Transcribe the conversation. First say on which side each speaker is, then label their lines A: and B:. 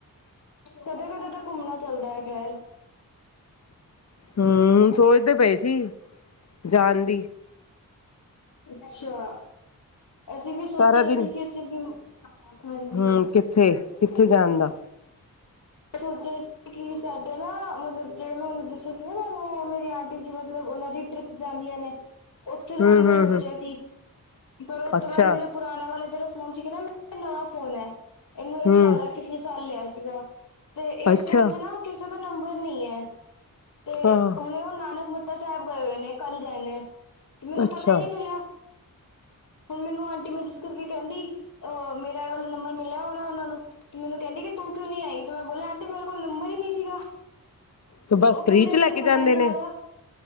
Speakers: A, on the left (about 70°); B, on the left (about 45°).
A: ਕਦੇ-ਕਦੇ ਤਾਂ ਘੁੰਮਣਾ ਚਲਦਾ ਏ ਖ਼ੈਰ।
B: ਹੂੰ ਸੋਚਦੇ ਪਏ ਸੀ, ਜਾਣ ਦੀ।
A: ਅੱਛਾ, ਅਸੀਂ ਵੀ ਸੋਚਿਆ
B: ਸਾਰਾ ਦਿਨ
A: ਸੀ ਕਿ ਅਸੀਂ ਵੀ ਹਾਂਜੀ
B: ਹੂੰ ਕਿੱਥੇ ਕਿੱਥੇ ਜਾਣ ਦਾ
A: ਸੋਚਿਆ ਸੀ ਕਿ ਸਾਡੇ ਨਾ ਮਤਲਬ ਜਿਹੜੇ ਮੈਂ ਤੁਹਾਨੂੰ ਦੱਸੇ ਸੀ ਨਾ ਉਹਨੂੰ ਮੇਰੀ ਆਂਟੀ ਜੀ ਮਤਲਬ ਉਹਨਾਂ ਦੀ ਟ੍ਰਿਪਸ ਜਾਂਦੀਆਂ ਨੇ, ਉੱਥੇ ਜਾਣ
B: ਹੂੰ
A: ਦਾ
B: ਹੂੰ
A: ਸੋਚਿਆ
B: ਹੂੰ
A: ਸੀ, ਪਰ ਉਸ
B: ਅੱਛਾ
A: ਤੋਂ ਬਾਅਦ ਮੇਰਾ ਪੁਰਾਣਾ ਵਾਲਾ ਜਿਹੜਾ ਫ਼ੋਨ ਸੀਗਾ ਇਹ ਮੇਰਾ ਨਵਾਂ ਫ਼ੋਨ ਐ। ਇਹਨੂੰ ਇੱਕ
B: ਹੂੰ
A: ਸਾਲ ਹੈ ਪਿਛਲੇ ਸਾਲ ਲਿਆ ਸੀਗਾ, ਤੇ ਇਸ
B: ਅੱਛਾ
A: ਫ਼ੋਨ 'ਚ ਨਾ ਕਿਸੇ ਦਾ ਨੰਬਰ ਨੀ ਐ, ਤੇ
B: ਹਾਂ
A: ਹੁਣ ਉਹ ਨਾਨਕ ਸਾਹਿਬ ਗਏ ਹੋਏ ਨੇ ਕੱਲ ਗਏ ਨੇ, ਤੇ ਮੈਨੂੰ
B: ਅੱਛਾ
A: ਪਤਾ ਈ ਨੀ ਚੱਲਿਆ। ਹੁਣ ਮੈਨੂੰ ਆਂਟੀ ਮੈਸੇਜ ਕਰਕੇ ਕਹਿੰਦੀ, ਮੇਰਾ ਇਹ ਵਾਲਾ ਨੰਬਰ ਮਿਲਿਆ ਹੋਣਾ ਉਹਨਾਂ ਨੂੰ। ਤੇ ਮੈਨੂੰ ਕਹਿੰਦੀ ਕਿ ਤੂੰ ਕਿਉਂ ਨੀ ਆਈ ਤੇ ਮੈਂ ਬੋਲਿਆ ਆਂਟੀ ਮੇਰੇ ਕੋਲ ਨੰਬਰ ਈ ਨੀ ਸੀਗਾ।
B: ਤੇ ਬਸ
A: ਉਹ ਕਹਿੰਦੇ
B: ਫ੍ਰੀ ਚ
A: ਇੱਥੇ
B: ਲੈ ਕੇ
A: ਮਜ਼ਾ
B: ਜਾਂਦੇ
A: ਨਹੀਂ
B: ਨੇ
A: ਆ ਰਿਹਾ,